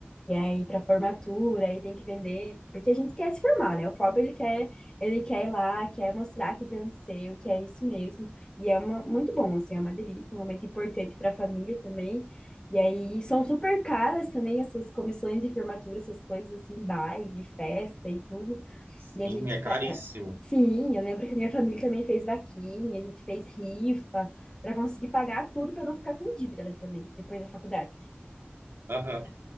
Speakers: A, on the left; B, on the right.
A: E aí, para formatura, aí tem que vender, porque a gente quer se formar, né? O pobre, ele quer, ele quer ir lá, quer mostrar que venceu, que é isso mesmo. E é uma, muito bom, assim, é uma delícia, um momento importante para a família também. E aí, são super caras também essas comissões de formatura, essas coisas assim, baile, festa e tudo.
B: Sim,
A: E a gente.
B: é caríssimo.
A: fe- eh, Sim, eu lembro que minha família também fez vaquinha, a gente fez rifa para conseguir pagar tudo para não ficar com dívida né, também, depois da faculdade.
B: Aham,